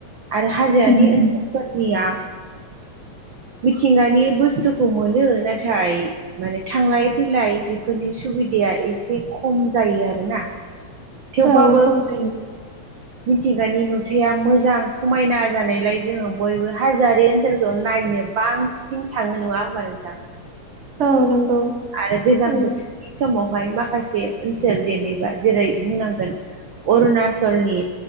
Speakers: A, on the right; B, on the right.
A: आरो हाजोआरि
B: उम उम
A: ओनसोल फोरनिया मिथिंगानि बुस्थुखौ मोनो नाथाय माने थांलाय फैलाय बेफोरनि सुबिदाया एसे खम जायो आरोना
B: <inaudible>
A: थेवब्लाबो
B: खम जायो
A: मिथिंगानि नुथाया मोजां समायना जानायलाय जोङो बयबो हाजोआर ओनसोलखौ नायनो बां सिन थाङो नङा होमबा नोंथां
B: औ नंगौ
A: आरो गोजां
B: उम
A: बोथोरनि समावहाय माखासे ओनसोल जेनेबा जेरै बुंनांगोन अरुणाचलनि